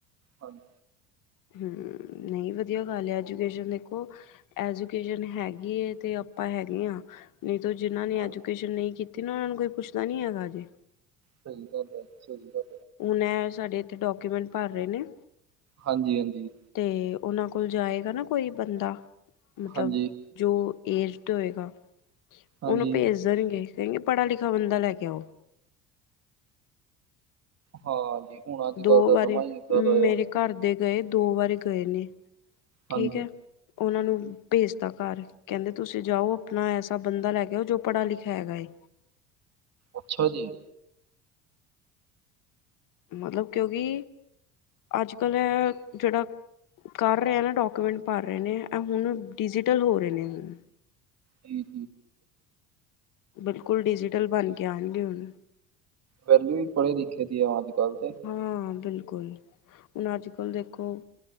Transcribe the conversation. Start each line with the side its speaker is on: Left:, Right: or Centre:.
Right: ਹਾਂਜੀ।
Left: ਹਮ ਨਹੀਂ ਵਧੀਆ ਗੱਲ ਹੈ ਐਜੂਕੇਸ਼ਨ ਦੇਖੋ। ਐਜੂਕੇਸ਼ਨ ਹੈਗੀ ਹੈ ਤੇ ਆਪਾਂ ਹੈਗੇ ਆ। ਨਹੀਂ ਤਾਂ ਜਿਨ੍ਹਾਂ ਨੇ
Right: ਹਾਂ
Left: ਐਜੂਕੇਸ਼ਨ ਨਹੀਂ ਕੀਤੀ ਨਾ ਉਹਨਾਂ ਨੂੰ ਕੋਈ ਪੁੱਛਦਾ ਨਹੀਂ ਹੈਗਾ ਜੇ।
Right: ਸਹੀਦਾ ਸਹੀਦਾ।
Left: ਹੁਣ ਐ ਸਾਡੇ ਇੱਥੇ ਡਾਕੂਮੈਂਟ ਭਰ ਰਹੇ ਨੇ।
Right: ਹਾਂਜੀ ਹਾਂਜੀ।
Left: ਤੇ ਉਹਨਾਂ ਕੋਲ ਜਾਏਗਾ ਨਾ ਕੋਈ ਬੰਦਾ ਮਤਲਬ।
Right: ਹਾਂਜੀ
Left: ਜੋ ਏਜਡ ਹੋਏਗਾ
Right: ਹਾਂਜੀ
Left: ਉਹਨੂੰ ਭੇਜ ਣਗੇ ਕਹਿੰਦੇ ਪੜਾ ਲਿਖਾ ਬੰਦਾ ਲੈ ਕੇ ਆਓ।
Right: ਹਾਂ ਹੋਣਾ ਚਾਹੀਦਾ
Left: ਦੋ
Right: ਅੱਜ ਕੱਲ੍ਹ
Left: ਵਾਰੀ
Right: ਸਮਾਂ ਹੀ ਇੱਦਾਂ ਦਾ
Left: ਮੇਰੇ
Right: ਆ।
Left: ਘਰ ਦੇ ਗਏ ਦੋ ਵਾਰੀ ਗਏ ਨੇ ਠੀਕ
Right: ਹਾਂਜੀ
Left: ਹੈ। ਉਹਨਾਂ ਨੂੰ ਭੇਜਤਾ ਘਰ। ਕਹਿੰਦੇ ਤੁਸੀਂ ਜਾਓ ਆਪਣਾ ਐਸਾ ਬੰਦਾ ਲੈ ਕੇ ਆਓ ਜੋ ਪੜ੍ਹਿਆ ਲਿਖਿਆ ਹੈਗਾ ਏ।
Right: ਅੱਛਾ ਜੀ।
Left: ਮਤਲਬ ਕਿਉਂਕਿ ਅੱਜ ਕੱਲ੍ਹ ਜਿਹੜਾ ਕਰ ਰਿਹਾ ਨਾ ਡਾਕੂਮੈਂਟ ਭਰ ਰਹੇ ਨੇ ਐ ਹੁਣ। ਡਿਜੀਟਲ ਹੋ ਰਹੇ ਨੇ।
Right: ਨਹੀਂ।
Left: ਬਿਲਕੁਲ ਡਿਜੀਟਲ ਬਣ ਕੇ ਆਣਗੇ ਹੁਣ।
Right: ਵਹਿਲੂ ਵੀ ਪੜ੍ਹੇ ਲਿਖੇ ਦੀ ਆ ਅੱਜ ਕੱਲ੍ਹ ਦੇ।
Left: ਹਾਂ ਬਿਲਕੁਲ ਹੁਣ ਅੱਜ ਕੱਲ ਦੇਖੋ।